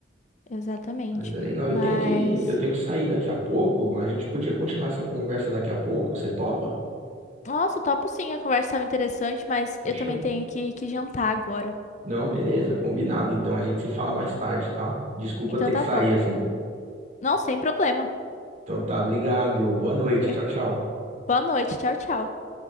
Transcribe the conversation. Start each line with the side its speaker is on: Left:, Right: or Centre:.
Left: Exatamente.
Right: Mas é legal.
Left: Mas.
Right: Eu tenho que, eu tenho que sair daqui a pouco. A gente podia continuar essa conversa daqui a pouco. Você topa?
Left: Nossa, topo sim, a conversa estava interessante, mas
Right: Fechou.
Left: eu também tenho que, que jantar agora.
Right: Não, beleza, combinado. Então a gente se fala mais tarde, tá? Desculpa
Left: Então
Right: ter
Left: tá
Right: que sair
Left: bom.
Right: assim.
Left: Não, sem problema.
Right: Então tá, obrigado. Boa noite.
Left: É,
Right: Tchau, tchau.
Left: Boa noite, tchau, tchau.